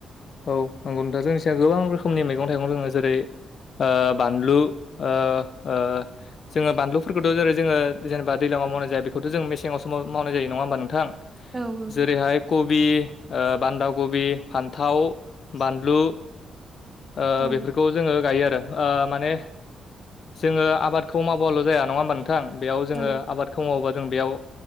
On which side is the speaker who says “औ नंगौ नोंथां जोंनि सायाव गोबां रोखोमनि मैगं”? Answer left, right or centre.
Left